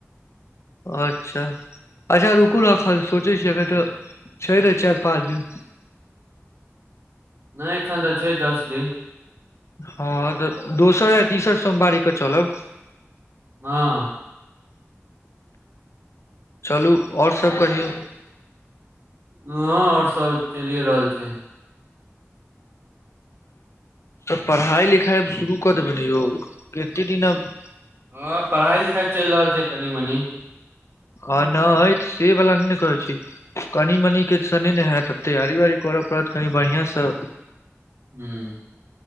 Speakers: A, on the left; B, on the right.
A: अच्छा! अच्छा रुकू ने एखन सोचै छिय अखन तऽ छै नै चारि पाँच दिन।
B: नहि एखन तऽ छै दस दिन।
A: हँ तऽ दोसर आ तीसर सोमवारीे कऽ चलब।
B: हँ।
A: चलू ओर सब कहियौ।
B: हँ और सब चलिए रहल छै।
A: तऽ पढ़ाइ लिखाइब
B: हँ
A: शुरू कऽ देबनि ने यौ कतेक दिन आब।
B: हँ पढ़ाई- लिखाई चलि रहल छै कनि- मनी।
A: हँ न से बला नहि ने कहे छी। कनि मनिके से नहि ने हैत आब तैयारी- वयारी करय पड़त कनि बढ़िआँसँ।
B: हूं।